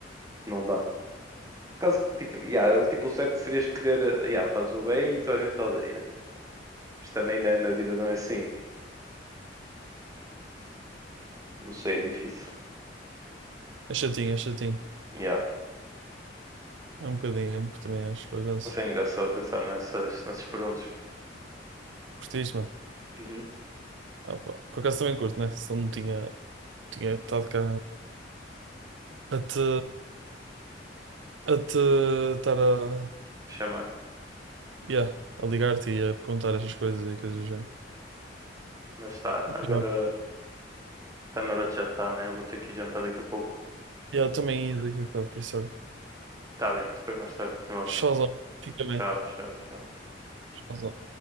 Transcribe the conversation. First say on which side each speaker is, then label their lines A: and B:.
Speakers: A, on the right; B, on the right.
A: não dá. Caso que, tipo, yeah, eu- tipo, o certo seria escolher, eh, yeah, faz o bem e toda a gente te odeia. Mas também na, na vida não é assim, não sei, é difícil.
B: É chatinho, é chatinho.
A: Yeah.
B: É um bocadinho, é um, também acho, por acaso.
A: Mas é engraçado pensar nessas, nessas perguntas.
B: Curtiste, mano?
A: Uhum,
B: Ah, pá, Por acaso também curto, né? Senão não tinha. tinha estado cá a te a te estar a,
A: chamar.
B: yeah, a ligar-te e a perguntar estas coisas e coisas já.
A: Mas está, agora
B: Já.
A: está na hora de jantar, né? Eu vou ter que ir jantar daqui a pouco.
B: Yeah, também ia daqui a bocado, por isso olha.
A: tá bem, depois mais tarde continuamos.
B: Showzão. Fica
A: Tchau,
B: bem.
A: tchau, tchau.
B: Showzão.